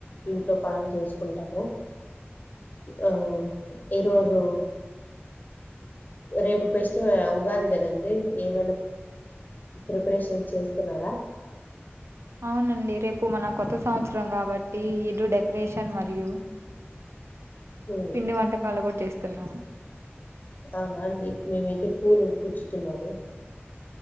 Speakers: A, on the left; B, on the right.
A: ఇంట్లో పనులు చేసుకుంటాను ఆ ఈరోజు రేపు ఫెస్టివల్ ఉగాది కదండి ఏమైనా ప్రిపరేషన్ చేస్తున్నార
B: అవునండి రేపు మన కొత్త సంవత్సరం కాబట్టి ఇల్లు డెక్రేషన్ మరియు
A: ఉమ్,
B: పిండివంటకాలు కూడ చేస్ తిన్నావ
A: అవునా అండి మేమైతే పూలు గుచ్చుతున్నాము